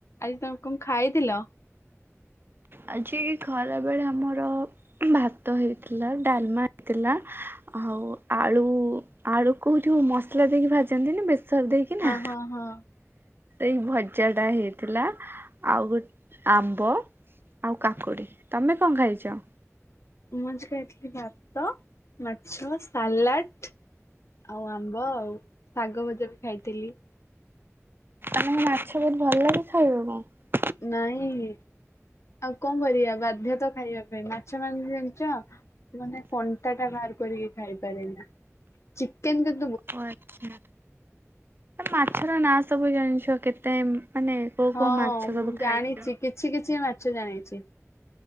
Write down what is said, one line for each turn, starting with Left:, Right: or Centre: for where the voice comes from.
Left: ଆଜି ତମେ କ ଖାଇଥିଲ?
Right: ଆଜି ଖରା ବେଳେ ଆମର ଭାତ ହେଇଥିଲା ଡାଲମା ହେଇଥିଲା। ଆଉ ଆଳୁ ଆଳୁକୁ ଯୋଉ ମସଲା ଦେଇକି ଭାଜନ୍ତି ନା ବେଶ ସବୁ ଦେଇକିନା
Left: ହଁ ହଁ ହଁ
Right: ଏଇ ଭଜା ଟା ହେଇଥିଲା ଆଉ ଗୋଟେ ଆମ୍ବ ଆଉ କାକୁଡି। ତମେ କଣ ଖାଇଛ?
Left: ମୁ ଆଜି ଖାଇଥିଲି ଭାତ ମାଛ ସାଲାଡ ଆଉ ଆମ୍ବ ଆଉ ଶାଗ ଭଜା ବି ଖାଇଥିଲି।
Right: ଆମକୁ ମାଛ ବହୁତ ଭଲ ଲାଗେ। ଖାଇବ କଣ?
Left: ନାଇଁ ଆଉ କଣ କରିବା ବାଧ୍ୟ ତ ଖାଇବା ପାଇଁ ମାଛ ମାର ଜଣିଛ? ମାନେ କଣ୍ଟା ଟା ବାହାର କରିକି ଖାଇପାରେ ନା ଚିକେନ କେ
Right: ଓ ଆଛା ମାଛର ନାଁ ସବୁ ଜାଣିଛ କେତେ ମାନେ କୋଉ
Left: ହଁ
Right: କୋଉ ମାଛ
Left: ମୁଁ
Right: ସବୁ ଖାଇଛ?
Left: ଜାଣିଛି କିଛି କିଛି ମାଛ ଜାଣିଛି।